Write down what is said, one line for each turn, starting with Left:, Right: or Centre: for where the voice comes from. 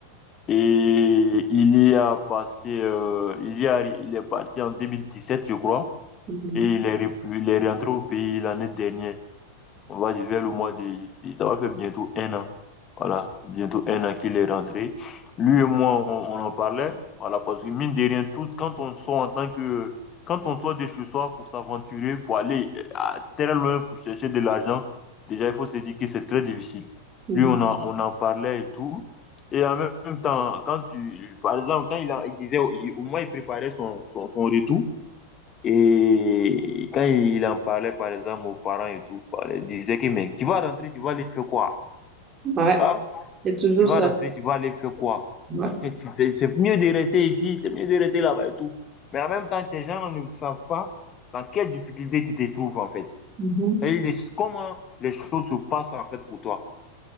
Left: Et il y a passé, euh, il y a, il est parti en 2017, je crois,
Right: mhm,
Left: et il est, repu- il est rentré au pays l'année dernière. On va dire vers le mois de... Ça va faire bientôt un an. Voilà, bientôt un an qu'il est rentré. Lui et moi, on, on en parlait. Voilà, parce que mine de rien, tout, quand on sort en tant que... Quand on sort de chez soi pour s'aventurer, pour aller euh, à très loin pour chercher de l'argent, déjà, il faut se dire que c'est très difficile.
Right: mhm,
Left: Lui, on en, on en parlait et tout. Et en même temps, quand tu... Par exemple, quand il, a- il disait... il- au moins, il préparait son, son, son retour. Et quand il en parlait, par exemple, aux parents et tout, il disait que, mec, tu vas rentrer, tu vas aller faire quoi?
Right: Ouais,
Left: Ah,
Right: c'est toujours
Left: tu vas
Right: ça.
Left: rentrer, tu vas aller faire quoi?
Right: Ouais.
Left: Tu fais- tu fais- C'est mieux de rester ici, c'est mieux de rester là-bas et tout. Mais en même temps, ces gens ne savent pas dans quelle difficulté tu te trouves, en fait.
Right: mhm.
Left: Et ils- comment les choses se passent, en fait, pour toi.